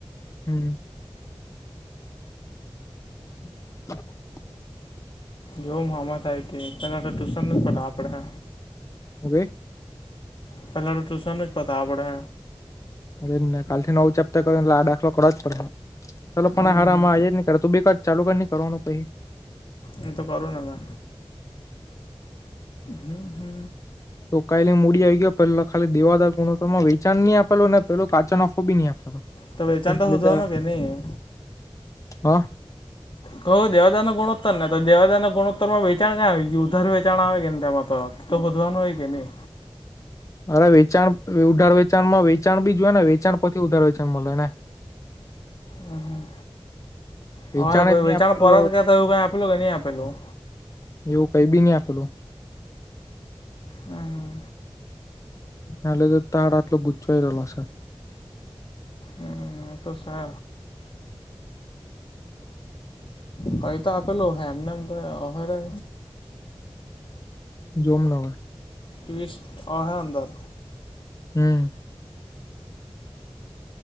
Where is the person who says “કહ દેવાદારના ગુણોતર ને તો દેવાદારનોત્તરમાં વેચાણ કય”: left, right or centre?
Left